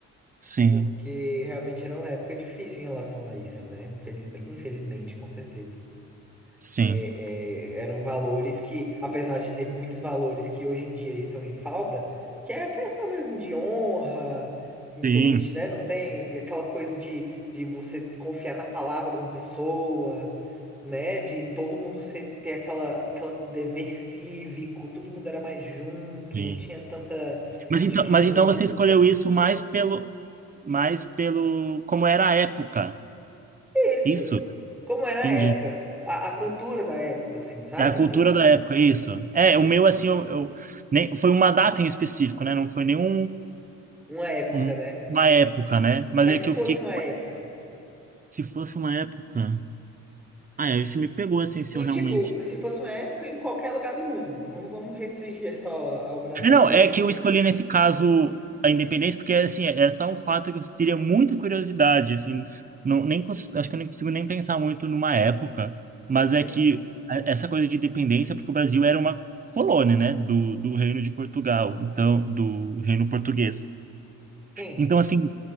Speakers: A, on the right (about 30°); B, in the centre.
A: sim,
B: Porque realmente era uma época difícil em relação a isso, né? Infelizmente, infelizmente, com certeza.
A: sim,
B: É, é, eram valores que, apesar de ter muitos valores que hoje em dia estão em falta, que é a questão mesmo de honra, que muita
A: sim,
B: gente, né, não tem aquela coisa de, de você confiar na palavra de uma pessoa, né? De todo mundo ser, ter aquela, aquela dever cívico, todo mundo era mais junto,
A: sim.
B: não tinha tanta
A: Mas
B: divisão.
A: então, mas então você escolheu isso mais pelo, mais pelo, como era a época.
B: É Isso.
A: Isso?
B: como era a
A: Entendi.
B: época, a, a cultura da época, assim, sabe?
A: É a cultura
B: De
A: da época, isso. É, o meu, assim, eu, eu- nem, foi uma data em específico, né? Não foi nenhum
B: uma época,
A: um-
B: né?
A: uma época, né? Mas
B: Mas
A: é
B: se
A: que
B: fosse
A: eu fiquei,
B: uma época.
A: se fosse uma época. Ah, é, isso me pegou, assim, se
B: E,
A: eu realmente
B: tipo, se fosse uma época em qualquer lugar do mundo, não vamos restringir só ao Brasil,
A: É, Não,
B: que
A: é
B: eu. f-
A: que eu escolhi nesse caso a independência, porque assim, é é só um fato que eu teria muita curiosidade, assim, não, nem, cons- acho que eu nem consigo nem pensar muito numa época, mas é
B: Sim.
A: que a- essa coisa de independência, porque o Brasil era uma colônia, né, do, do Reino de Portugal, então, do Reino Português.
B: Sim,
A: Então, assim,